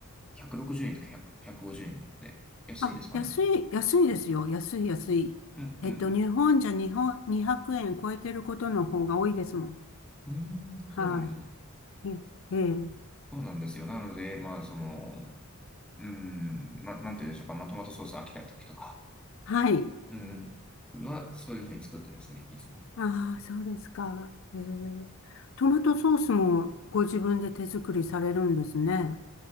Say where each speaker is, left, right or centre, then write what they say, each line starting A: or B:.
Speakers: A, in the centre; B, on the left.
A: 160円とか100 150円で、安いですかね。
B: あ、安い、安いですよ。安い、安い。
A: うんうん
B: えっと、日本じゃ日本、200円超えてることの方が多いですもん。
A: うん。うーん、
B: は
A: そうなんですね。
B: い。え、ええ
A: そうなんですよ。なので、まあ、その、うーん、な、なんて言うんでしょうか。まあ、トマトソース飽きた時とか、
B: はい。
A: うん、は、そういうふうに作ってますね、いつも。
B: ああ、そうですか。えー、トマトソースもご自分で手作りされるんですね。